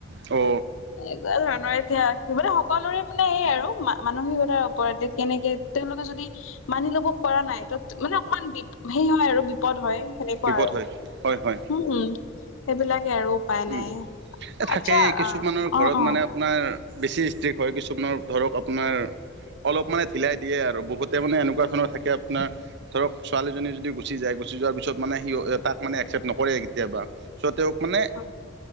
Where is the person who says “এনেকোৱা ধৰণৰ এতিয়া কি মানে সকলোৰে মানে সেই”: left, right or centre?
Left